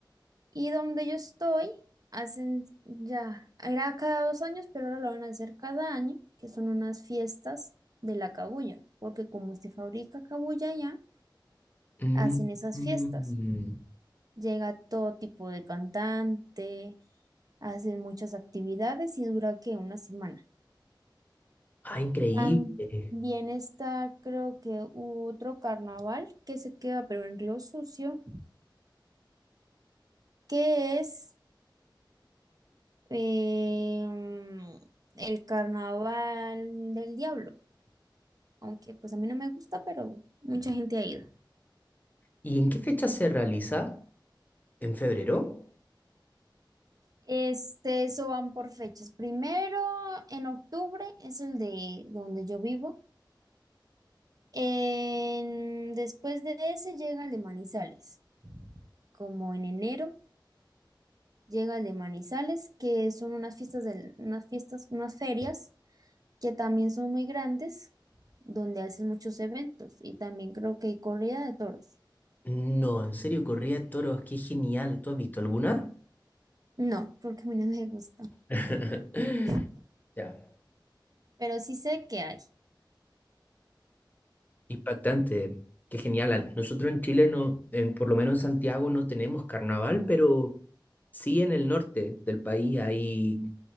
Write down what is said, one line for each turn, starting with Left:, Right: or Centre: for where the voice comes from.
Right: Y donde yo estoy, hacen ya, era cada dos años, pero ahora lo van a hacer cada año, que son unas fiestas de la cabuya, porque como se fabrica cabuya ya,
Left: Mm,
Right: hacen esas
Left: mm.
Right: fiestas. Llega todo tipo de cantante, hacen muchas actividades y dura que una semana.
Left: Ah, increíble.
Right: También está, creo que u- otro carnaval que se queda, pero en Río Sucio, que es em, el carnaval del diablo. Aunque pues a mí no me gusta, pero mucha gente ha ido.
Left: ¿Y en qué fecha se realiza? ¿En febrero?
Right: Este, eso van por fechas. Primero, en octubre es el de donde yo vivo. En- después de ese llega el de Manizales, como en enero. llega el de Manizales, que son unas fiestas, del- unas fiestas, unas ferias que también son muy grandes, donde hacen muchos eventos y también creo que hay corrida de toros.
Left: No, en serio, corrida de toros, qué genial. ¿Tú has visto alguna?
Right: No, porque a mí no me gusta,
Left: <laughs>
Right: <laughs>
Left: Ya.
Right: pero sí sé que hay,
Left: Impactante, qué genial. Al- Nosotros en Chile, no, en- por lo menos en Santiago, no tenemos carnaval, pero sí en el norte del país ahí